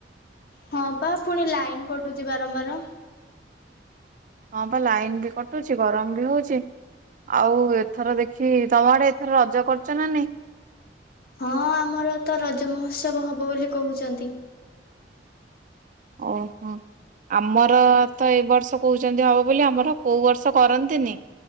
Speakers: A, on the left; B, on the right.
A: ହଁ ବା ପୁଣି ଲାଇନ କଟୁଛି ବାରମ୍ବାର।
B: ହଁ ବା ଲାଇନ ବି କଟୁଛି ଗରମ ବି ହଉଛି ଆଉ ଏଥର ଦେଖି ତମ ଆଡେ ଏଥର ରଜ କରୁଛ ନା ନାଇଁ।
A: ହଁ ଆମର ତ ରଜ ମହୋତ୍ସବ ହବ ବୋଲି କହୁଛନ୍ତି।
B: ଓହୋ ଆମର ତ ଏଇ ବର୍ଷ କହୁଛନ୍ତି ହବ ବୋଲି ଆମର କୋଉ ବର୍ଷ କରନ୍ତିନି